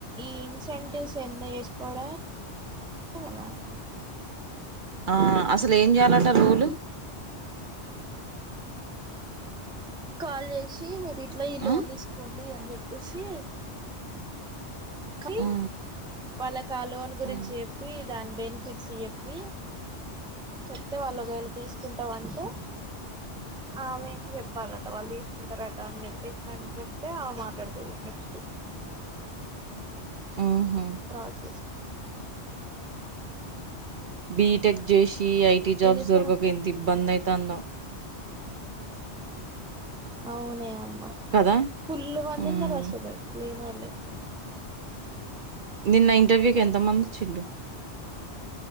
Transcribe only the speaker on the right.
ఆ అసల్ ఏం చేయాలట రోల్
ఆ
ఆ
ఆ
ఆహా
బీటెక్ జేసి ఐటీ జాబ్స్
దొరకక ఎంత ఇబ్బందైతాందో
కదా
ఉమ్
నిన్న ఇంటర్వ్యూకి ఎంత మంది వచ్చిన్లు